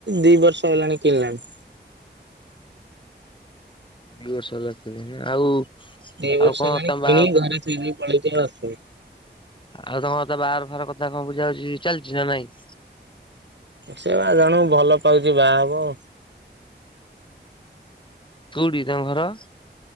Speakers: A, on the right; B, on the left.
A: ଦି ବର୍ଷ ହେଲାଣି କିଣିଲାଣି।
B: ଦି ବର୍ଷ ହେଲା <unintelligible> ଆଉ
A: ଦି ବର୍ଷ
B: ଆଉ କଣ
A: ହେଲାଣି
B: ତମ
A: କିଣି
B: ବାହା
A: ଘରେ <unintelligible> ପଲେଇଛି ଆଉ ଆସୁନି।
B: ଆଉ ତମର ତ ବାହାଘର ଫାହାଘର କଥା କଣ ବୁଝାବୁଝି ଚାଲିଛି ନା ନାଇଁ?
A: ସେ ବା ଜଣକୁ ଭଲ ପାଉଛି ବାହା ହବ।
B: କୋଉଠି ତାଙ୍କ ଘର?